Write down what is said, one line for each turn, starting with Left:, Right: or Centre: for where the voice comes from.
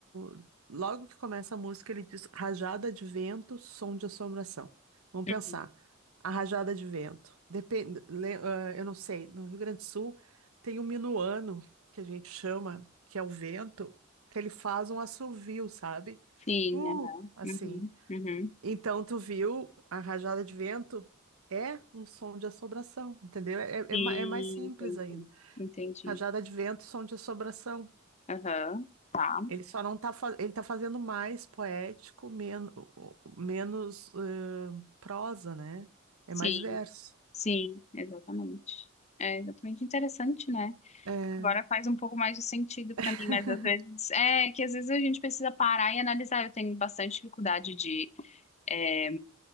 Right: no- logo que começa a música, ele diz rajada de vento, som de assombração. Vamos
Left: uhum.
Right: pensar. A rajada de vento. Depende, le- ah, eu não sei, no Rio Grande do Sul tem um minuano, que a gente chama, que é o vento, que ele faz um assovio, sabe?
Left: Sim,
Right: Uh,
Left: aham,
Right: assim.
Left: uhum, uhum.
Right: Então, tu viu a rajada de vento? É um som de assombração, entendeu? É, é
Left: Sim,
Right: é ma- é mais simples
Left: entendi,
Right: ainda.
Left: entendi.
Right: Rajada de vento, som de assombração.
Left: Aham, tá.
Right: Ele só não tá, fa- ele tá fazendo mais poético, menos, menos eh, prosa, né? É
Left: Sim,
Right: mais verso.
Left: sim, exatamente. É exatamente interessante, né?
Right: É. É.
Left: Agora faz um pouco mais de sentido para
Right: <laughs>
Left: mim, mas às vezes é que às vezes a gente precisa parar e analisar. Eu tenho bastante dificuldade de, é,